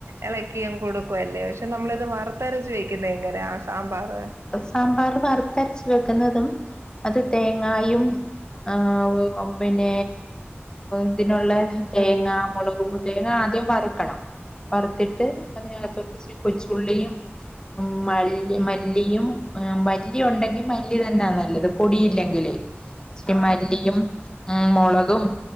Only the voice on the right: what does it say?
ഇളക്കിയും കൊടുക്കുവല്ലേ പക്ഷെ നമ്മള ഇത് വറുത്തരച്ച് വെക്കുന്ന എങ്ങനെ ആ സാമ്പാർ